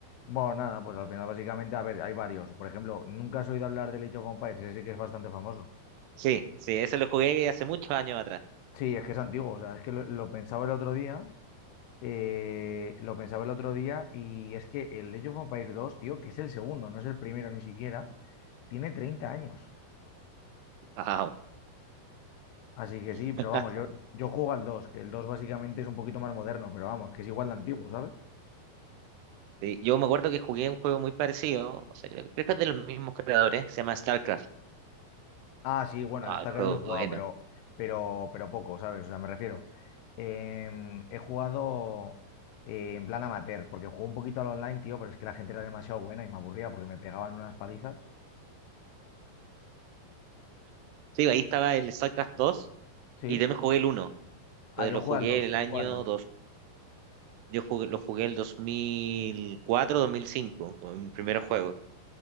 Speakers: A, on the left; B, on the right.
A: bueno, nada, pues al final básicamente, a ver, hay varios. Por ejemplo, nunca has oído hablar del Age of Empires, ese sí que es bastante famoso.
B: Sí, sí, ese lo jugué hace muchos años atrás.
A: Sí, es que es antiguo, o sea, es que lo, lo pensaba el otro día, eh, lo pensaba el otro día y es que el Age of Empires dos, tío, que es el segundo, no es el primero ni siquiera, tiene 30 años.
B: Wow.
A: Así que sí,
B: <laughs>
A: pero vamos, yo, yo juego al 2, que el 2 básicamente es un poquito más moderno, pero vamos, que es igual de antiguo, ¿sabes?
B: Sí, yo me acuerdo que jugué un juego muy parecido, o sea, creo, que creo que es de los mismos creadores, se llama StarCraft.
A: Ah, sí, bueno,
B: Ah,
A: el StarCraft
B: el juego
A: yo he jugado,
B: bueno.
A: pero, pero, pero poco, ¿sabes? O sea, me refiero. em, he jugado eh, en plan amateur, porque jugué un poquito al online, tío, pero es que la gente era demasiado buena y me aburría porque me pegaban unas palizas.
B: Sí, ahí estaba el StarCraft dos
A: ¿Sí?
B: y también jugué el uno Entonces
A: Ah, yo
B: lo
A: juego
B: jugué
A: al 2,
B: en el
A: yo
B: año
A: juego al dos.
B: Yo jugué, lo jugué el 2004, 2005, con mi primer juego,